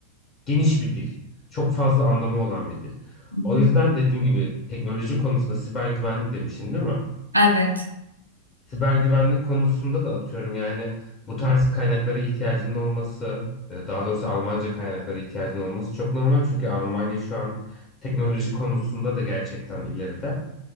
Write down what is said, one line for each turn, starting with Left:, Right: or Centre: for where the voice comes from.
Left: geniş bir dil. Çok fazla anlamı olan bir dil.
Right: hı
Left: O
Right: hı.
Left: yüzden dediğim gibi teknoloji konusunda siber güvenlik demişsin değil mi?
Right: Evet,
Left: siber güvenlik konusunda da atıyorum yani bu tarz kaynaklara ihtiyacının olması, e, daha doğrusu Almanca kaynaklara ihtiyacının olması çok normal çünkü Almanya şu an teknoloji konusunda da gerçekten ileride.